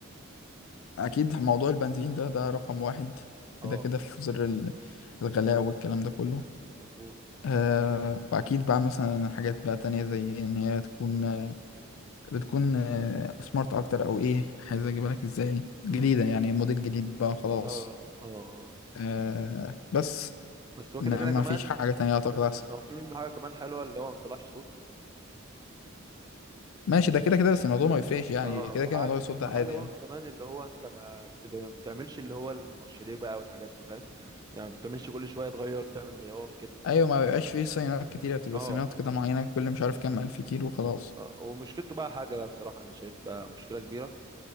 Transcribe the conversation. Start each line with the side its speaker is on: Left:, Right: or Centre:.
Left: أكيد موضوع البنزين ده ده رقم واحد
Right: اه
Left: كده كده في زر ال- الغلاء والكلام ده كله
Right: مظبوط
Left: آه وأكيد بقى مثلا حاجات بقى تانية زي إن هي تكون آه بتكون آه سمارت أكتر أو إيه عايز أجيبها لك إزاي جديدة
Right: امم
Left: يعني موديل جديد بقى خلاص
Right: اه اه اه آه.
Left: آه بس
Right: بس هو
Left: إنما
Right: كده كده
Left: ما
Right: كمان
Left: فيش حاجة تانية أعتقد أحسن
Right: هو في منه حاجه كمان حلوه اللي هو ما بيطلعش صوت
Left: ماشي ده كده كده بس الموضوع ما يفرقش يعني
Right: اه
Left: كده
Right: وحاجه
Left: كده موضوع الصوت
Right: وحاجه
Left: ده عادي
Right: برضو
Left: يعني
Right: كمان اللي هو انت ما بتبقى ما بتعملش اللي هو المارشليه بقى والحاجات دي فاهم يعني ما بتعملش كل شويه تغير تعمل غيار كده
Left: أيوة ما بيبقاش فيه صينيات كتيرة
Right: <clears throat>
Left: بتبقى
Right: اه
Left: صينيات كده معينة كل مش عارف كام ألف كيلو وخلاص
Right: آه، ومشكلته بقى حاجه بقى بصراحه انا شايفها مشكله كبيره